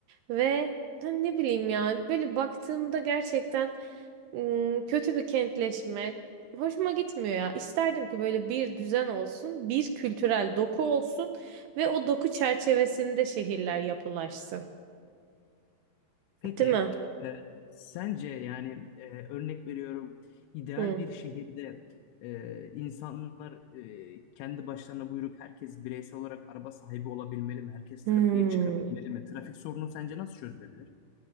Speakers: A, on the right (about 75°); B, on the left (about 85°).
A: ve hani ne bileyim yani böyle baktığımda gerçekten Iı, kötü bir kentleşme. Hoşuma gitmiyor ya. İsterdim ki böyle bir düzen olsun, bir kültürel doku olsun ve o doku çerçevesinde şehirler yapılaşsın.
B: Peki,
A: Değil mi?
B: e, sence yani e, örnek veriyorum ideal
A: Hı.
B: bir şehirde e, insanlar e, kendi başlarına buyurup herkes bireysel olarak araba sahibi olabilmeli mi? Herkes
A: Hmm.
B: trafiğe çıkabilmeli mi? Trafik sorunu sence nasıl çözülebilir?